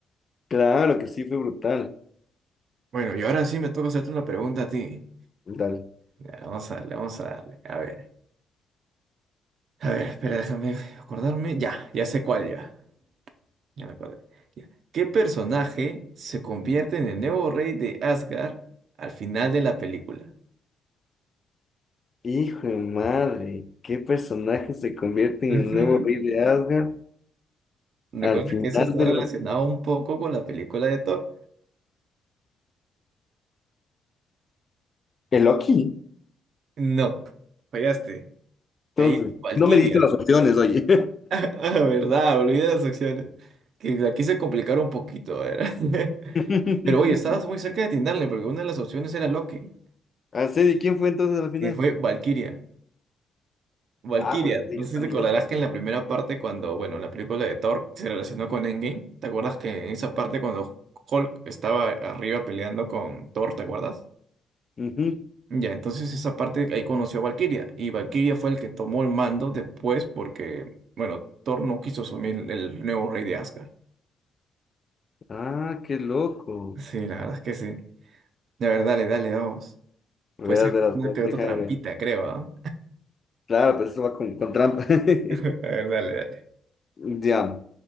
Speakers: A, on the left; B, on the right.
A: Claro que sí, fue brutal,
B: Bueno, y ahora sí me toca hacerte una pregunta a ti.
A: brutal.
B: Ya, vamos a darle, vamos a darle. A ver, a ver, espera, déjame acordarme. Ya, ya sé cuál ya. Ya me acordé. Ya. ¿Qué personaje se convierte en el nuevo rey de Asgard al final de la película?
A: Hijo de madre, ¿qué personaje se convierte
B: Ujú.
A: en el nuevo rey de Asgard
B: Recuerda
A: al final
B: que eso está
A: del...
B: relacionado un poco con la película de Thor.
A: ¿El Loki?
B: No, fallaste. Ahí
A: Entonces,
B: es Valkyria.
A: no me diste las
B: <laughs>
A: opciones, oye.
B: Ah, verdad, olvidé las opciones. Que la quise complicar un poquito, a ver. <laughs>
A: <laughs>
B: Pero oye, estabas muy cerca de atinarle porque una de las opciones era Loki.
A: Así, ¿y quién fue entonces al final?
B: Y fue Valkyria. Valkyria,
A: Ah, pues este
B: no
A: ya
B: sé
A: está
B: si te
A: a nivel
B: acordarás
A: 3.
B: que en la primera parte, cuando, bueno, en la película de Thor se relacionó con Endgame, ¿te acuerdas que en esa parte cuando Hulk estaba arriba peleando con Thor, ¿te acuerdas?
A: Ujú.
B: Ya, entonces esa parte ahí conoció a Valkyria y Valkyria fue el que tomó el mando después porque, bueno, Thor no quiso asumir el nuevo rey de Asgard.
A: Ah, qué loco.
B: Sí, la verdad es que sí. La verdad, dale, dale, vamos.
A: Verás,
B: Puede ser
A: verás,
B: una
A: verás,
B: que otra
A: déjame
B: trampita,
A: ver.
B: creo, ¿ah?
A: Claro, pero eso va con, con trampa. <laughs>
B: <laughs> A ver, dale, dale.
A: Ya.